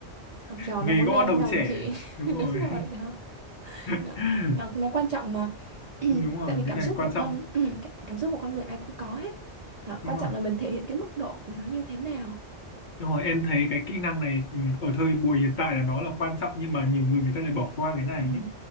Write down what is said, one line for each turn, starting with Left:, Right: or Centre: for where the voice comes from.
Right: học trò
Left: Nghề
Right: nó muốn
Left: gõ
Right: leo
Left: đầu
Right: lên đầu
Left: trẻ.
Right: chị <laughs>
Left: Đúng rồi.
Right: đúng rồi đó
Left: <laughs>
Right: nó nó, nó quan trọng mà <clears throat>
Left: Đúng rồi,
Right: tại vì cảm
Left: cái này
Right: xúc
Left: quan
Right: của
Left: trọng.
Right: con <clears throat> cả- cảm xúc của con người ai cũng có hết đó
Left: Đúng
Right: quan trọng
Left: rồi.
Right: là mình thể hiện cái mức độ của nó như thế nào
Left: Đúng rồi, em thấy cái kỹ năng này ừ, ở thời buổi hiện tại là nó là quan trọng nhưng mà nhiều người người ta lại bỏ qua cái này
Right: Ừ.
Left: ấy.